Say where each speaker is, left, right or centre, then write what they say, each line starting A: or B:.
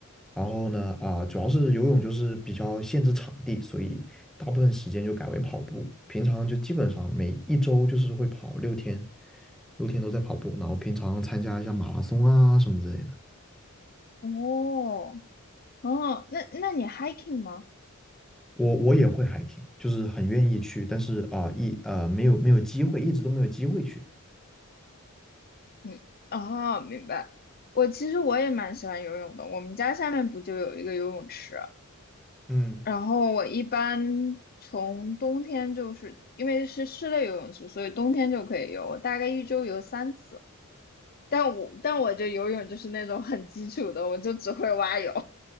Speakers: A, in the centre; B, on the left.
A: 然后呢，啊、主要是游泳就是比较限制场地，所以大部分时间就改为跑步。平常就基本上每一周就是会跑六天，六天都在跑步，然后平常参加一下马拉松啊什么之类的。
B: 哦，哦，那那你 hiking 吗？
A: 我我也会 hiking，就是很愿意去，但是啊、一呃没有没有机会，一直都没有机会去。
B: 嗯，哦，明白。我其实我也蛮喜欢游泳的，我们家下面不就有一个游泳池，
A: 嗯，
B: 然后我一般从冬天就是因为是室内游泳池，所以冬天就可以游，我大概一周游三次。但我但我就游泳就是那种很基础的，我就只会蛙泳。